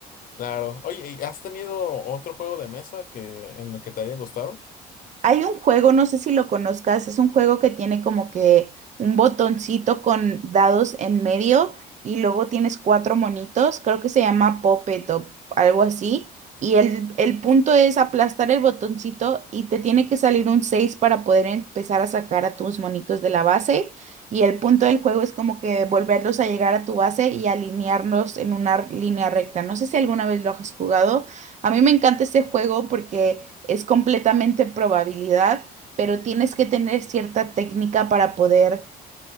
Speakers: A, on the left; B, on the right.
A: Claro. Oye, ¿y has tenido otro juego de mesa que en el que te haya gustado?
B: Hay un juego, no sé si lo conozcas, es un juego que tiene como que un botoncito con dados en medio y luego tienes cuatro monitos, creo que se llama Puppet o algo así. Y el, el punto es aplastar el botoncito y te tiene que salir un 6 para poder empezar a sacar a tus monitos de la base. Y el punto del juego es como que volverlos a llegar a tu base y alinearlos en una línea recta. No sé si alguna vez lo has jugado a mí me encanta este juego porque es completamente probabilidad, pero tienes que tener cierta técnica para poder